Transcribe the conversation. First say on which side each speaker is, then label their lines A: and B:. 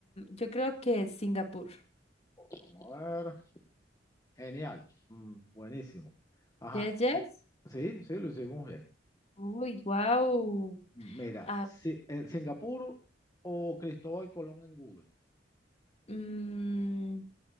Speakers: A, on the left (about 35°); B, on the left (about 20°).
A: yo creo que es Singapur.
B: Vamos a ver. Genial. Mm, buenísimo. Ajá.
A: Yes, yes.
B: eh, sí, sí, lo hicimos bien.
A: Uy, wow.
B: Mira,
A: Ah,
B: si- eh, Singapur o Cristóbal Colón en Google.
A: mm,